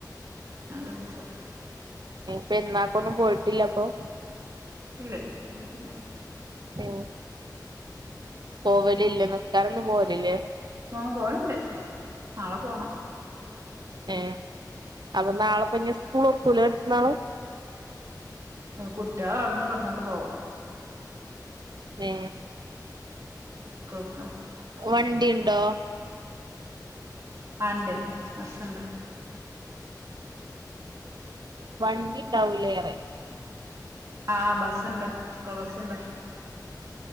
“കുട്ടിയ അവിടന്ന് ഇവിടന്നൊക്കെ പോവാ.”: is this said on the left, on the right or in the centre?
Right